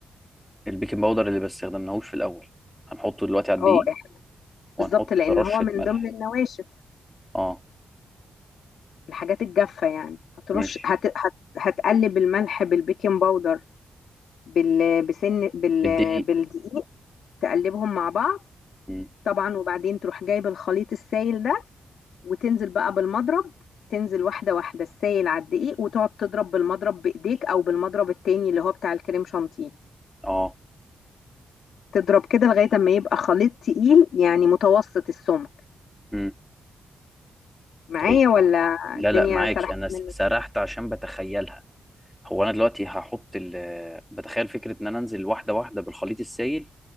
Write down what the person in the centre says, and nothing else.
البيكنج باودر اللي ما استخدمناهوش في الاول هنحطه دلوقتي على الدقيق
وهنحط
رشه
ملح
اه
ماشي
بالدقيق
مم.
اه
مم.
طيب
لا
لا معاكي
انا س-
سرحت عشان بتخيلها هو انا دلوقتي هحط ال بتخيل فكره ان انا انزل واحده واحده بالخليط السائل